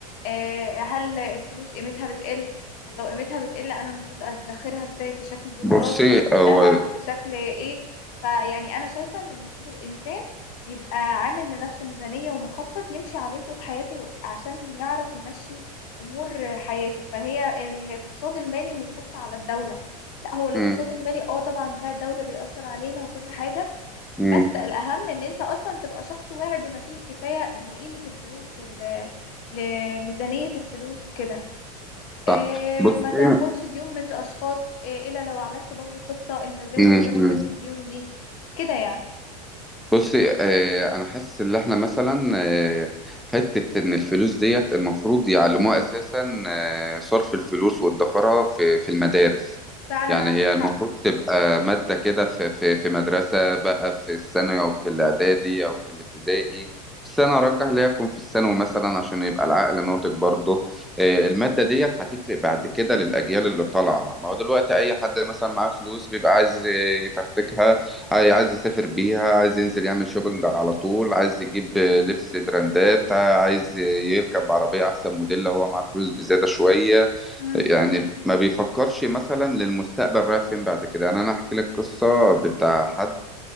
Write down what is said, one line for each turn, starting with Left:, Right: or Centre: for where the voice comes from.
Left: آه، هل الفلوس قيمتها بتقل طب لو قيمتها بتقل انا المفروض ادخرها ازاي في شكل دولارات
Centre: بصي
Left: في شكل
Centre: هو
Left: ذهب في شكل ايه فيعني انا شايفة ان المفروض الانسان يبقى عامل لنفسه ميزانية ومخطط يمشي عليه طول حياته عشان يعرف يمشي امور حياته فهي الاقتصاد المالي مش بس على الدولة لا هو الاقتصاد
Centre: مم،
Left: المالي اه طبعا بتاع الدولة بيأثر علينا وكل حاجة
Centre: مم،
Left: بس الأهم إن أنت أصلا تبقى شخص واعي بما فيه الكفاية لقيمة الفلوس وال لميزانية الفلوس وكده إيه
Centre: صح بصي
Left: ما تاخدش ديون من أشخاص إيه إلا لو عملت برضو خطة أنت إزاي
Centre: مم،
Left: هتقدر تسد
Centre: مم.
Left: الديون دي كده يعني
Centre: بصي آه، انا حاسس ان احنا مثلا آه، حته ان الفلوس ديت المفروض يعلموها اساسا آه، صرف الفلوس وادخارها في في المدارس
Left: فعلا
Centre: يعني
Left: عندك
Centre: هي
Left: حق
Centre: المفروض تبقى ماده كده في في في مدرسه بقى في الثانوي او في الاعدادي او في الابتدائي بس انا ارجح ليها تكون في الثانوي مثلا عشان يبقى العقل ناضج برضه آه، الماده ديت هتفرق بعد كده للاجيال اللي طالعه ما هو دلوقتي اي حد مثلا معاه فلوس بيبقى عايز آه، يفرتكها عاي- عايز يسافر بيها عايز ينزل يعمل شوبينج على طول عايز يجيب لبس براندات عايز يركب عربية أحسن موديل لو هو معاه فلوس بزيادة شوية
Left: مم.
Centre: يعني ما بيفكرش مثلا للمستقبل رايح فين بعد كده يعني أنا أحكي لك قصة بتاع حد